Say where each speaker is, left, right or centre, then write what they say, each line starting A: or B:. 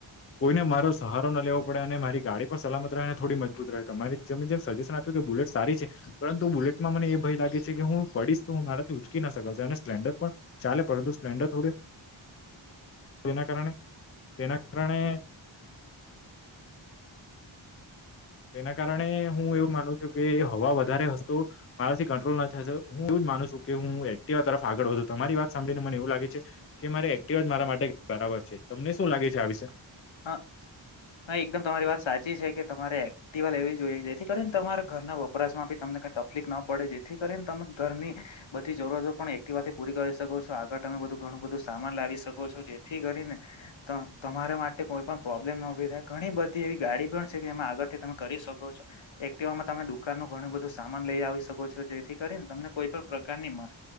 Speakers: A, on the left (about 30°); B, on the left (about 70°).
A: કોઈને મારો સહારો ના લેવો પડે અને મારી ગાડી પર સલામતને થોડી મજબૂત રહે ત જેમ સજેશન આપ્યું કે બુલેટ સારી છે પરંતુ બુલેટમાં મને એ ભય લાગે છે કે હું પડીશ તો હું મારાથી ઉચકી ના શકાશે અને સ્પલેન્ડર પણ ચાલે પરંતુ સ્પલેન્ડર થોડું તેના કારણે તેના કારણે એના કારણે હું એવું માનું છું કે હવા વધારે હતો મારાથી કંટ્રોલ ના થશે હું એવું જ માનું છું કે હું એક્ટિવા તરફ આગળ વધુ મારી વાત સાંભળીને મને એવું લાગે છે કે મારે એક્ટિવા મારા માટે બરાબર છે તમને શું લાગે છે આ વિશે
B: હા હા એકદમ તમારી વાત સાચી છે કે તમારે એક્ટિવા લેવી જોઈએ જેથી કરીને તમારા ઘરના વપરાશમાં બી તમને કઈ તકલીફ ન પડે જેથી કરીને તમે ઘરની બધી જરૂરીતો પણ એક્ટિવાથી પૂરી કરી શકો છો આગળ તમે બધું ઘણું બધું સામાન લાવી શકો છો જેથી કરીને તો તમારે માટે કોઈ પણ પ્રોબ્લેમ ના ઉભી થાય ઘણી બધી એવી ગાડી પણ છે કેમાં આગળથી તમે કરી શકો છો એક્ટીવા તમે દુકાન ન ઘણું બધું સામાન લઈ આવી શકો છો જેથી કરીને તમને કોઈ પણ પ્રકારની